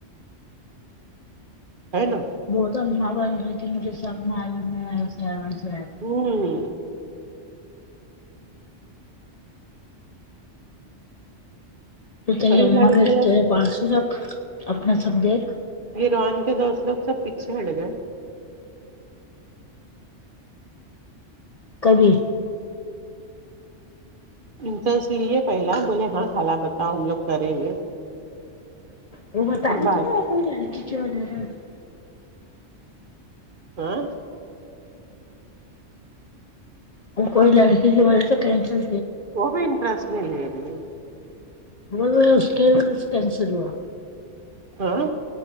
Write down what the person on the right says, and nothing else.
ہے نا
ہمم
اور یہ
لڑکے
لوگ
گیروان کے دوست لوگ سب پیچھے ہٹ گئے
امتیاز لی ہے پہلا بولے ہاں خالا بتاؤ ہم لوگ کریں گے
بعد
ہمم
وہ بھی انٹرسٹ نہیں لے رہی
ہاں